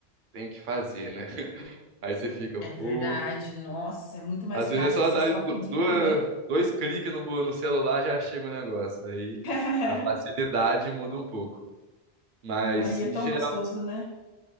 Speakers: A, on the right (about 55°); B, on the left (about 70°).
A: tenho que fazer, né? <laughs> Aí você fica,
B: É verdade,
A: pô.
B: nossa, é muito mais
A: Às
B: prático
A: vezes é só
B: você
A: dar
B: só
A: du-
B: pedir
A: duas-
B: e comer.
A: dois cliques no, bo- no celular já chega o negócio. Aí
B: <laughs>
A: a facilidade muda um pouco. Mas,
B: Aí
A: sim,
B: é tão
A: de geral.
B: gostoso, né?